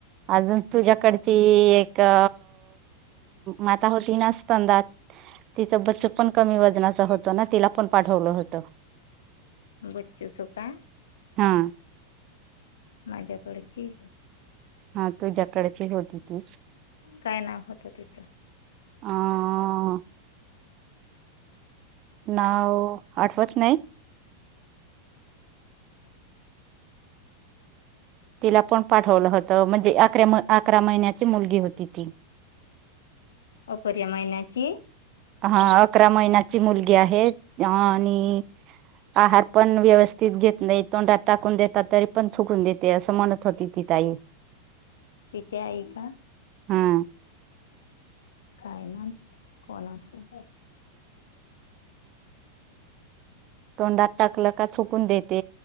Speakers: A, on the right (about 35°); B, on the left (about 65°).
A: अजून तुझ्याकडची एक अ माता होती ना स्तंदात तिचं बचक पण कमी वजनाचा होतं ना तिला पण पाठवलं होत.
B: बच्चूचं का?
A: हा
B: माझ्याकडची.
A: हा तुझ्याकडची होती ती
B: काय नाव होत तिच?
A: अं, नाव आठवत नाही.
B: <inaudible>
A: तिला पण पाठवलं होतं म्हणजे आकर्या अकरा महिन्याची मुलगी होती ती,
B: अपुर्या महिन्याची.
A: हा अकरा महिन्याची मुलगी आहे... आणि आहार पण व्यवस्थित घेत नाही, तोंडात टाकून देतात तरी पण थुकून देते. ते अस म्हनत होती. ताई
B: तिचे आई का?
A: हा...
B: काय ना.... कोणा असे?
A: तोंडात टाकलं का थुकून देते